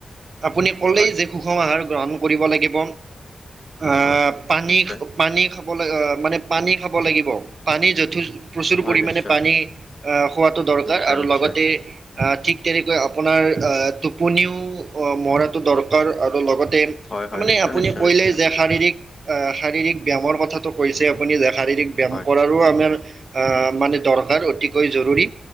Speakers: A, on the right; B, on the left.
A: আপুনি কলেই
B: হয়
A: যে সুষম আহাৰ গ্ৰহণ কৰিব লাগিব। আহ
B: হয়
A: পানী
B: নিশ্চয়
A: পানী খাব লাগ মানে পানী খাব লাগিব পানী যথ প্ৰচুৰ
B: হয়
A: পৰিমাণে
B: নিশ্চয়
A: পানী আহ খোৱাটো দৰকাৰ
B: নিশ্চয়
A: আৰু
B: নিশ্চয়
A: লগতে ঠিক তেনেকৈ আপোনাৰ টোপনিও মৰাটো দৰকাৰ আৰু লগতে তাৰ
B: হয় হয়
A: মানে
B: নিশ্চয়
A: আপুনি
B: নিশ্চয়
A: কলে
B: নিশ্চয়
A: যে শাৰীৰিক শাৰীৰিক ব্যায়ামৰ কথাটো কৈছে আপুনি যে শাৰীৰিক ব্যায়াম
B: হয়
A: কৰাৰো আমাৰ, আহ মানে দৰকাৰ অতিকৈ জৰুৰী